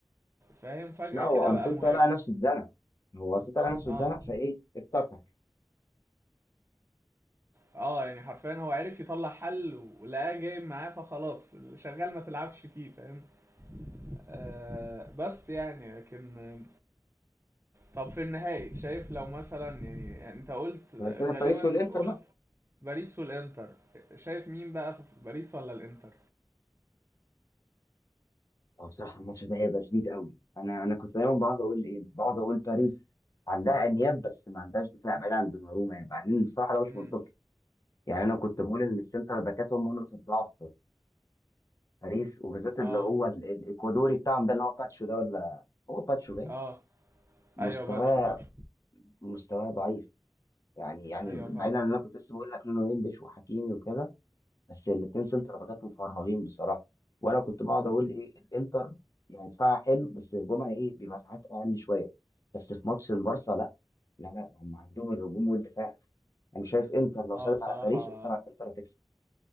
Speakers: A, on the right; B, on the left.
A: فاهم فجأة
B: لا هو
A: كده
B: أرتيتا
A: بقى مهاجم
B: لقى نفسه اتزنق هو أرتيتا لقى نفسه
A: اه
B: اتزنق فإيه افتكر
A: اه يعني حرفيا هو عرف يطلع حل ولقاه جاي معاه فخلاص اللي شغال ما تلعبش فيه فاهم آه بس يعني لكن طب في النهائي شايف لو مثلا يعني انت قلت
B: بعد كده
A: غالبا
B: باريس والإنتر
A: قلت
B: بقى
A: باريس والانتر شايف مين بقى في باريس ولا الانتر
B: هو بصراحة الماتش ده هيبقى شديد قوي أنا أنا كنت دايما بقعد أقول إيه بقعد أقول باريس عندها أنياب بس ما عندهاش دفاع بعيد عن دوناروما يعني بعدين بصراحة ده مش
A: امم
B: منطقي يعني أنا كنت بقول إن السنتر باكات هم نقطة ضعف باريس وبالذات اللي
A: اه
B: هو ال- الاكوادوري بتاعهم ده اللي هو باتشو ده ولا هو باتشو باين
A: اه
B: مستواه
A: ايوه باتشو باتشو
B: مستواه ضعيف يعني يعني
A: ايوه
B: بعيدا
A: فاهم
B: عن اللي انا كنت لسه بقول لك لونه انجلش وحكيمي وكده بس الاثنين سنتر باكات مفرغين بصراحه وانا كنت بقعد اقول ايه الانتر يعني دفاعها حلو بس هجومها ايه بيبقى ساعات اقل شويه بس في ماتش البارسا لا لا لا هم عندهم الهجوم والدفاع انا شايف انتر لو
A: اه
B: سيطر
A: بصراحة
B: على باريس انتر انتر هتكسب